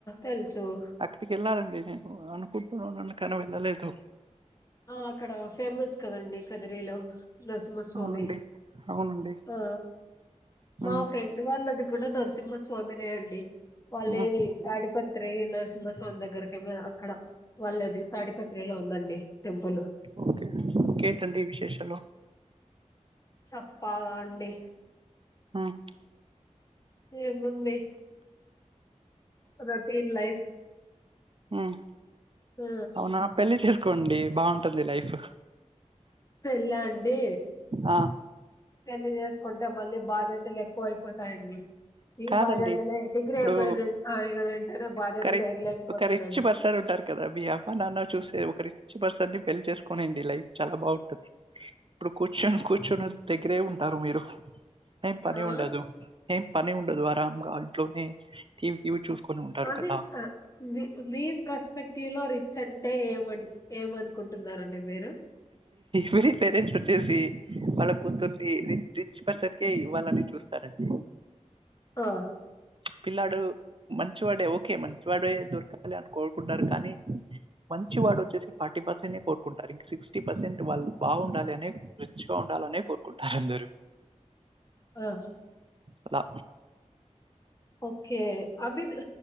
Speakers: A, on the left (about 25°); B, on the right (about 45°).
A: తెలుసు
B: అక్కడికి ఎళ్ళాలండి నేను అనుకుంటునే ఉన్నాను కానీ వెం ఎల్లా లేదు
A: ఆ అక్కడ ఫేమస్ కదండి కదిరీలో నరసిమ్మస్వామి
B: అవునండి. అవునండి.
A: ఆ
B: హ్మ్.
A: మా ఫ్రెండ్ వాళ్ళది కూడా నరసిమ్మస్వామినే అండి వాళ్ళేది
B: హ్మ్.
A: తాడిపత్రి నరసింహస్వామి దగ్గరకే అక్కడ వాళ్ళది తాడిపత్రిలో ఉందండి టెపులు
B: ఓకే. ఇంకేంటండి విశేషాలు?
A: చెప్పాలా అండి
B: ఆహ్
A: ఏముంది రొటీన్ లైఫ్
B: ఉమ్
A: ఆ
B: అవునా పెళ్లి చేసుకోండి బాగుంటుంది లైఫ్
A: పెళ్ళా అండి
B: ఆ!
A: పెళ్లి జెస్ కుంటే మళ్ళీ బాధ్యతలు ఎక్కువ అయిపోతాయండి ఈ
B: కాదండి
A: బాధ్యతలే డిగ్రీ
B: ఇప్పుడు
A: అయిపోయిరు ఆయన ఏంటనే బాధ్యతలు
B: ఒక రి
A: వగలేకపోతున్నాము
B: ఒక రిచ్ పర్సన్ ఉంటారు కదా మీ అమా నాన్న చూసే ఒక రిచ్ పర్సన్ నీ పెళ్ళ చేసుకోనిండి లైఫ్ చాలా బాగుంటుది ఇప్పుడు కూర్చొని కూర్చొని ఒక దగ్గరే ఉ ఉంటరు మీరు ఏం పని
A: ఆ
B: ఉండదు ఏం పని ఉన్ ద్వారం గా ఇంట్లోనే టీవీ టీవి చూసుకొని ఉంటారు
A: అది
B: కదా
A: ఆ మీ మీ <inaudible> రిచ్ అంటే ఏం ఏమనుకుంటున్నారండి మీరు
B: మీరీ పేరెంట్స్ వచ్చేసి వాళ్ళ కూర్తునీ రిచ్ రిచ్ పర్సన్ కే ఇవాళని చూస్తారండి
A: ఆ
B: పిల్లాడు మంచివాడే ఓకే మంచివాడే దొరకాలి అని కోరుకుంటారు కానీ మంచి వాడు వచ్చేసి ఫార్టీ పర్సన్ నే కోరుకుంటారు ఇక సిక్స్ ఫిఫ్టీ పర్సెంట్ వాళ్ళు బాగుండాలి అనే రిచ్ గా ఉండాలనే కోరుకుంటారు అందరూ
A: ఆహ్
B: అల
A: ఓకే అవి